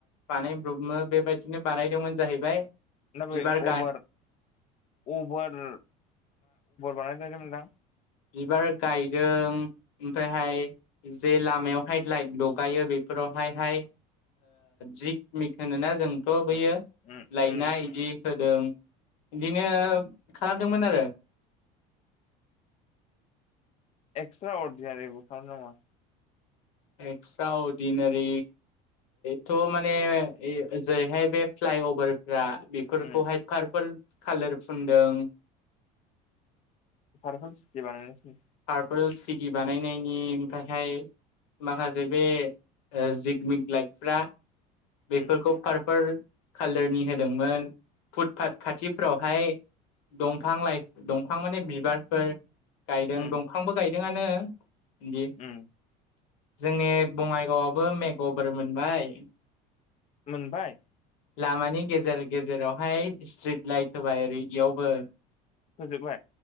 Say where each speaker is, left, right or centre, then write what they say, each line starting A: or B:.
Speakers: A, on the left; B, on the left.
A: बानाय ब्बनो बेबायदिनो बानायदोंमोन जाहैबाय
B: ना बै
A: बिबार
B: अभार
A: गाय
B: अभार बानायदोंमोनदां
A: बिबार गायदों ओमफ्रायहाय जे लामायावहाय लाइट लगायो बेफोर बेफ्रावहायहाय जिग मिक होनो ना जों थ' बैयो
B: उम उम
A: लायना
B: उम
A: इदि होदों बिदिनो खालामदोंमोन आरो
B: एक्सट्रा अरदिनारिबो खालामदों नामा
A: एक्सट्रा अर्डिनारि थ' माने जेरैहाय बे फ्लाइअभार रा बेफोरखौहाय
B: उम
A: पारपोल कालोर फुनदों
B: पारपोल सटि बानायनोसै
A: पारपोल सिटि बानायनायनि थाखाय माखासे बे जिगमिक लाइतफ्रा बेफोरखौ
B: उम
A: पार फोर खालारनि होदोंमोन फुटपाथ खाथिफ्राव हाय दंफां लाइ दंफां माने बिबारफोर गायदों
B: उम
A: गाइदोंआनो गि
B: उम
A: जोंनि बङाइगाव मेघ गबोर मोनबाय
B: मोनबाय
A: लामानि गेजेर गेजेरावहाय स्ट्रिट लाइट होबाय ओरै इयावबो
B: होजोबबाय